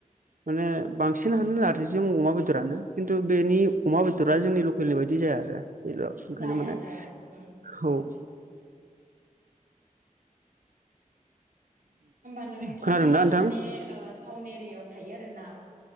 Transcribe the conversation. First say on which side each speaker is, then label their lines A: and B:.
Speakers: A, on the right; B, on the right.
A: माने बांसिनानो नारजिजों अमा बेदरानो खिन्थु बेनि अमा बेदारा जोंनि लकेलनि बायदि जाया आरो बेल' ओंखायनो
B: जाया
A: माने
B: जाया उम
A: बेखौ <inaudible>
B: होमबा नोंथाङा
A: खोनादोंना नोंथां
B: माने ओ टाउन एरियायाव थायो आरोना